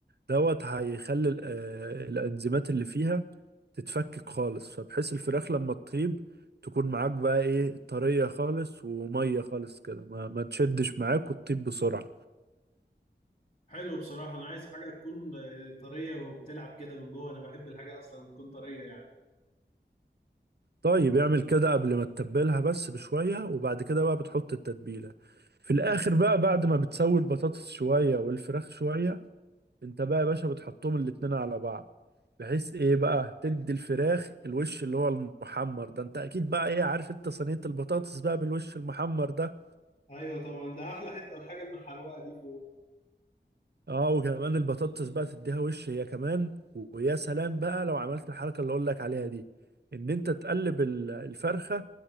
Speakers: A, on the right; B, on the left.
A: دوت هيخلي ال- آه، الانزيمات اللي فيها تتفكك خالص فبحيث الفراخ لما تطيب تكون معاك بقى ايه طرية خالص ومية خالص كده ما, ما تشدش معاك وتطيب بسرعة
B: حلو بصراحة أنا عايز حاجة تكون آه، طرية وبتلعب كده من جوه أنا بحب الحاجة أصلا تكون طرية يعني
A: طيب اعمل كده قبل ما تتبلها بس بشوية وبعد كده بقى بتحط التتبيلة في الآخر بقى بعد ما بتسوي البطاطس شوية والفراخ شوية انت بقى يا باشا بتحطهم الاتنين على بعض بحيث ايه بقى تدي الفراخ الوش اللي هو المحمر ده انت اكيد بقى ايه عارف انت صينية البطاطس بقى بالوش المحمر ده
B: أيوة طبعا ده أحلى حتة الحاجة المحروقة دي فوق
A: اه وكمان البطاطس بقى تديها وش هي كمان ويا سلام بقى لو عملت الحركه اللي اقول لك عليها دي ان انت تقلب ال- الفرخه